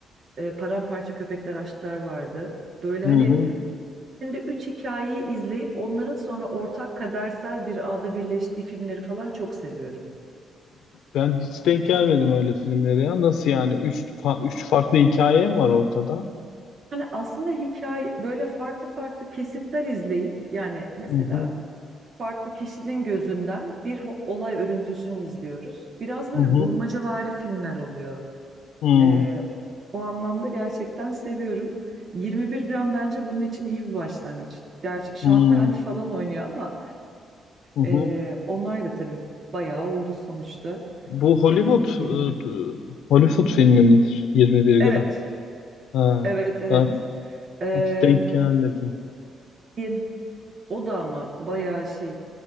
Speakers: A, on the right; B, on the left.
A: e, Paramparça Köpekler Aşklar vardı. Böyle
B: hı
A: hani
B: hı. hı.
A: Şimdi üç hikayeyi izleyip onların sonra ortak kadersel bir ağda birleştiği filmleri falan çok seviyorum.
B: Ben hiç denk gelmedim öyle filmlere ya. Nasıl yani? Üç, fa- üç farklı hikaye mi var ortada?
A: Yani aslında hikaye böyle farklı farklı kesitler izleyip yani mesela
B: Hı hı,
A: farklı kişinin gözünden bir ho- olay örüntüsünü izliyoruz. Biraz böyle
B: hı hı.
A: bulmacavari filmler oluyor.
B: Hmm,
A: Ee, o anlamda gerçekten seviyorum. 21 gram bence bunun için iyi bir başlangıç. Gerçi Şampen
B: hmm,
A: falan oynuyor ama
B: hı hı.
A: e, onlar da tabii bayağı oldu sonuçta.
B: Bu Hollywood
A: E, 20
B: e, Hollywood filmi midir? 21
A: Evet.
B: gram. Ha,
A: Evet evet.
B: ben
A: Eee,
B: hiç denk gelmedim.
A: şeyin, o da ama bayağı şey